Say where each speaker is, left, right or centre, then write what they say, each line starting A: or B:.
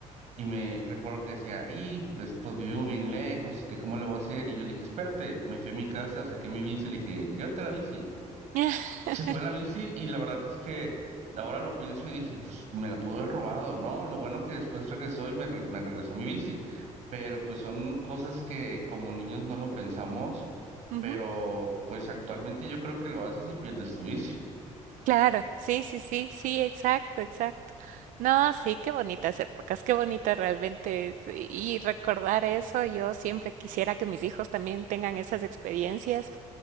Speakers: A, on the right (about 60°); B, on the right (about 80°).
A: Y me recuerdo que decía, ahí, pues, pues, vivo bien lejos, que cómo le voy a hacer. Y yo le dije, espérate, me fui a mi casa, saqué mi bici, le dije, llévate la bici.
B: <laughs>
A: Se fue en la bici y la verdad es que ahora lo pienso y dije, pues me la pudo haber robado, ¿no? Lo bueno que después regresó y me, re- me regresó mi bici. Pero pues son cosas que como niños no lo pensamos,
B: Ujú,
A: pero pues actualmente yo creo que lo haces y pierdes tu bici.
B: Claro, sí, sí, sí, sí, exacto, exacto. No, sí, qué bonitas épocas, qué bonita realmente. es, Y recordar eso, yo siempre quisiera que mis hijos también tengan esas experiencias.